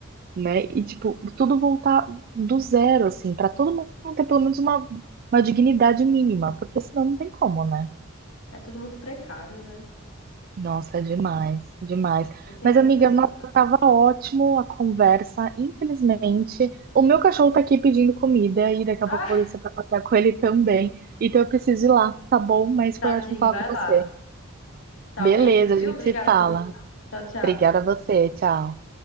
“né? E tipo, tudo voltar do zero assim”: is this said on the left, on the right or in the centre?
Right